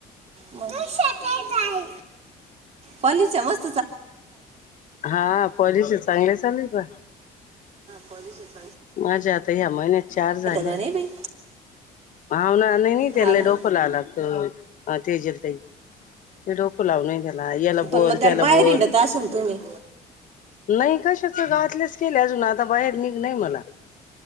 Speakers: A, on the right (about 40°); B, on the left (about 50°).
A: तू शातार जाई पालीच मस्
B: हा पॉलिसी चांगलेच चालेल का
A: पॉलिशिच
B: माझ्या आता ह्या महिन्यात चार झाल्या
A: नाही बाई
B: भाव ना नाही नाही त्याला
A: हा ना
B: डोक लावाय लागत तेज ते डोक लावून त्याला याला
A: पण
B: बोल
A: मग
B: त्याला
A: बाहेर
B: बोल
A: हिंडत असन तुम्ही
B: नाही कशाच गातलेच केले अजून आता बाहेर निगणय म